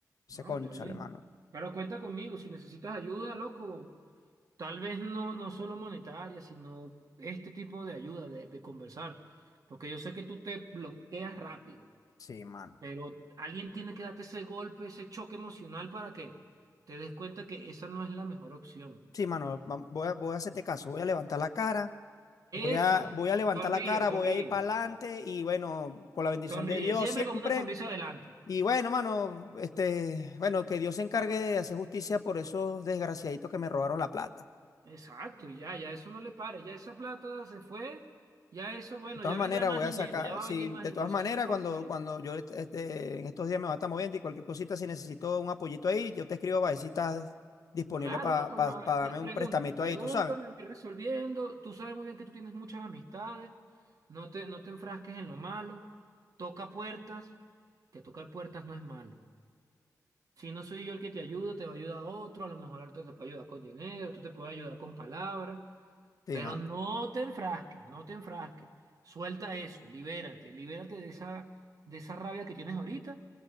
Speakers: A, on the left (about 65°); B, on the right (about 65°).
A: Se
B: No,
A: conchale,
B: está bien.
A: mano.
B: Pero cuenta conmigo, si necesitas ayuda, loco, tal vez no, no solo monetaria, sino este tipo de ayuda, de de conversar, porque yo sé que tú te bloqueas rápido.
A: Sí, mano.
B: Pero alguien tiene que darte ese golpe, ese choque emocional para que te des cuenta que esa no es la mejor opción.
A: Sí, mano, va- voy a, voy a hacerte caso, voy a levantar la cara. Voy a,
B: Eso,
A: voy a levantar
B: sonríe,
A: la cara, voy
B: sonríe,
A: a ir para adelante y bueno, con la bendición
B: sonríe,
A: de Dios
B: siempre
A: siempre.
B: con una sonrisa adelante.
A: Y bueno, mano, este, bueno, que Dios se encargue de hacer justicia por esos desgraciaditos que me robaron la plata.
B: Exacto, y ya, ya eso no le pare, ya esa plata se fue, ya eso, bueno,
A: De todas
B: ya
A: maneras,
B: vendrá más
A: voy
B: dinero,
A: a sacar,
B: ya va
A: sí,
B: a venir más
A: de
B: dinero,
A: todas
B: eso
A: maneras,
B: sí te puedo
A: cuando,
B: asegurar.
A: cuando yo este, en estos días me va a estar moviendo y cualquier cosita, si necesito un apoyito ahí, yo te escribo para ver si estás disponible
B: Claro,
A: para
B: loco, no, ah,
A: darme
B: pre- pregúntame,
A: un prestamito
B: pregúntame,
A: ahí, tú sabes.
B: voy resolviendo. Tú sabes muy bien que tú tienes muchas amistades, no te, no te enfrasques en lo malo, toca puertas, que tocar puertas no es malo. Si no soy yo el que te ayuda, te va a ayudar otro, a lo mejor otro te puede ayudar con dinero, otro te puede ayudar con palabras,
A: Sí,
B: pero
A: mano.
B: no te enfrasques, no te enfrasques. Suelta eso, libérate, libérate de esa, de esa rabia que tienes ahorita